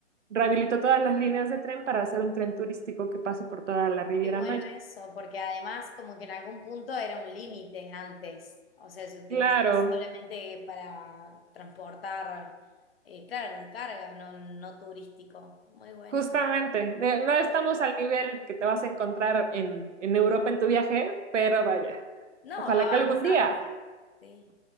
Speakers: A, on the right (about 85°); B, on the left (about 55°).
A: rehabilitó todas las líneas de tren para hacer un tren turístico que pase por toda la Riviera
B: qué bueno
A: Maya.
B: eso, porque además como que en algún punto era un límite antes, o sea, se utilizaba
A: Claro,
B: solamente para transportar, eh, claro, de carga, no, no turístico. Muy bueno.
A: justamente. De- No estamos al nivel que te vas a encontrar en, en Europa en tu viaje, pero vaya,
B: No,
A: ojalá
B: va avanzando.
A: que algún día.
B: Sí,